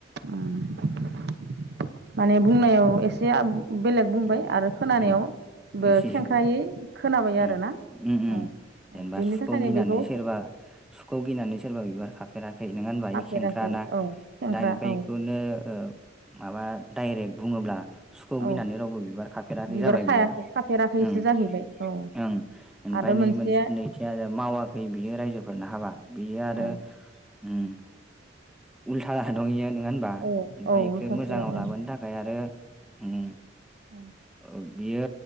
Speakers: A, on the right; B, in the centre.
A: उम माने बुंनायाव एसे बेलेग बुंबाय
B: ओम
A: आरो खोनानायावबो
B: ओम एसे
A: खेंख्रायै खोनाबाय
B: उम
A: आरोना।
B: उम उम
A: औ
B: जेनेबा
A: बेनि
B: सुखौ
A: थाखायनो
B: गिनानै
A: बेखौ
B: सोरबा सुखौ गिनानै सोरबा बिबार खा यो नोंङा होनबा
A: खाफेराखै
B: बे खेंख्राना
A: औ खेंख्रा
B: दा ओमफ्राय
A: औ
B: बेखौनो ओ माबा डाइरेक्ट बुंङोब्ला सुखौ गिनानै
A: औ
B: रावबो बिबार खाफेराखै
A: बिबार
B: जाबाय
A: खायाखै
B: बियो
A: खाफेराखैसो
B: ओं।
A: जाहैबाय औ
B: ओं ओमफाय
A: आरो
B: नै
A: मोनसेया
B: मोनसे नैथिया मावाखै बियो रायजोफोरनो हाबा बियो आरो
A: औ
B: उम। उल्था दंयो नोङा होनबा
A: औ
B: ओमफाय
A: औ
B: बेखौ
A: उल्थासो
B: मोजाङाव
A: ओं
B: लाबोनो थाखाय आरो उम।
A: ओं
B: ओ बियो